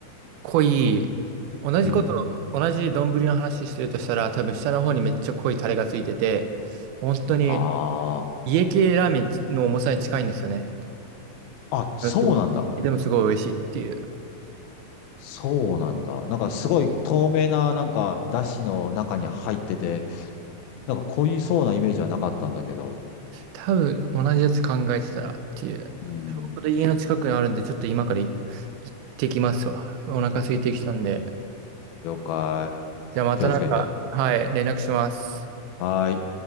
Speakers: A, on the right (about 85°); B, on the left (about 85°).
A: 濃い、同じこと、
B: うん。
A: 同じ丼の話してるとしたら、多分下の方にめっちゃ濃いタレがついてて、本当に
B: あ
A: 家系ラーメンの重さに近いんですよね。
B: あ。あ、そうなんだ。
A: あすごいでもすごい美味しいっていう。
B: そうなんだ。なんかすごい透明な、なんか、だしの中に入ってて、なんか濃いそうなイメージはなかったんだけど。
A: 多分同じやつ考えてたらっていう。
B: うん。
A: ちょうど家の近くにあるんで、ちょっと今からい行ってきますわ。お腹空いてきたんで。
B: 了解。
A: じゃあまたなんか、
B: 気をつけて。
A: はい、連絡します。
B: はーい。